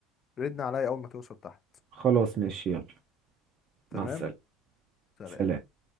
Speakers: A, on the left; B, on the right.
A: ردنا عليا اول ما توصل تحت
B: خلاص ماشي يلا
A: تمام
B: مع السلامة
A: سلام
B: سلام